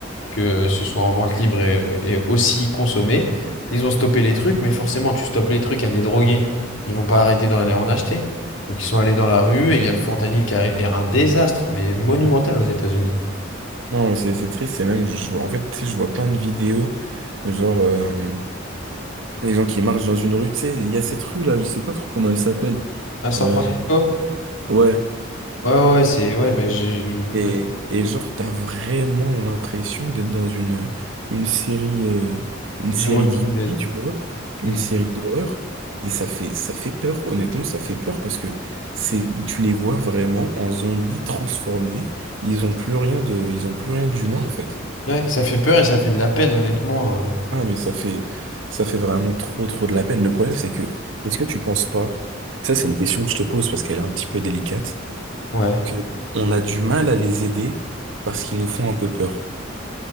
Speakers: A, on the left; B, on the right.
A: que euh, ce soit en vente libre et, et aussi consommé. Ils ont stoppé les trucs, mais forcément, tu stoppes les trucs à des drogués. Ils vont pas arrêter d'aller en acheter. Donc ils sont allés dans la rue et il y a le fentanyl qui arri- est un désastre, mais monumental aux États-Unis.
B: Non, c'est c'est triste, c'est même, je vois, en fait, tu sais, je vois plein de vidéos, de genre, euh, les gens qui marchent dans une rue, tu sais, il y a cette rue-là, je sais pas trop comment elle s'appelle.
A: À San
B: Euh,
A: Francisco?
B: ouais.
A: Ouais, ouais, ouais, c'est... Ouais, ben j'ai...
B: Et,
A: ouais,
B: et genre, t'as vraiment l'impression d'être dans une, une série, euh, une série
A: The Walking
B: de zombies,
A: Dead.
B: tu vois, une
A: Mm.
B: série d'horreur. Et ça fait, ça fait peur, honnêtement, ça fait peur parce que c'est, tu les vois vraiment en zombies transformés. Ils ont plus rien de, ils ont plus rien d'humain, en fait.
A: Ouais, ça fait peur et ça fait de la peine, honnêtement. euh.
B: Ah, mais ça fait, ça fait vraiment trop, trop de la peine. Le problème, c'est que, est-ce que tu penses pas, ça, c'est une question que je te pose parce qu'elle est un petit peu délicate,
A: Ouais.
B: que on a du mal à les aider parce qu'ils nous font un peu peur.